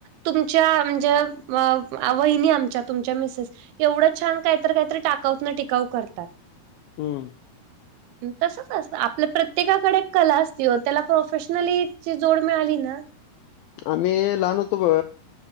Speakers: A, on the right; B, on the left.
A: तुमच्या म्हणजे म वहिनी आमच्या तुमच्या मिसेस एवढ छान कायतरी कायतरी टाक काऊतन टिकाऊ करतात.
B: हम्म
A: तसंच असत आपल्या प्रत्येकाकडे कला असती ओ त्याला प्रोफेशनलीची जोड मिळाली ना-
B: आम्ही लहान होतो बघ